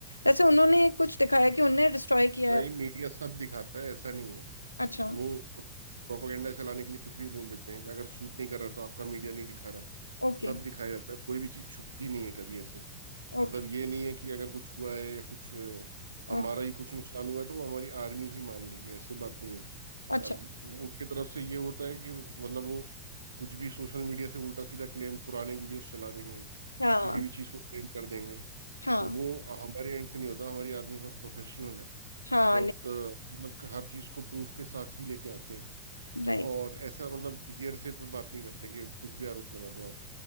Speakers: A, on the left; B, on the right.
A: जैसे उन्होंने कुछ दिखाया कि उन्होंने डिस्ट्रॉय किया
B: नहीं
A: है
B: मीडिया सब दिखाता है ऐसा नहीं है
A: अच्छा
B: वो प्रोपागेंडा चलाने के लिए कुछ भी बोल देते हैं कि अगर सूट नहीं कर रहा तो आपका मीडिया नहीं दिखा रहा
A: ओके
B: सब दिखाया जाता है कोई भी चीज छुपती नहीं है कभी ऐसे
A: ओके
B: मतलब ये नहीं है कि अगर कुछ हुआ है या कुछ अ, हमारा
A: ओके
B: ही कुछ नुकसान हुआ है तो वो हमारी आर्मी ही मान लेगी ऐसे बात नहीं है
A: अच्छा
B: अम, उनके तरफ से ये होता है कि मतलब वो कुछ भी सोशल मीडिया से उल्टा सीधा क्लेम पुराने वीडियोस चला देंगे
A: हाँ
B: किसी भी चीज को क्लेम कर देंगे
A: हाँ
B: तो वो हमारे एंड से नहीं होता हमारी आर्मी बहुत प्रोफेशनल है
A: हाँ
B: बहुत
A: नहीं
B: अ, मतलब कि हर चीज को प्रूफ के साथ ही लेके आते हैं
A: राइट
B: और ऐसा मतलब हियरसे पे बात नहीं करते कि कुछ भी आरोप लगा दो आप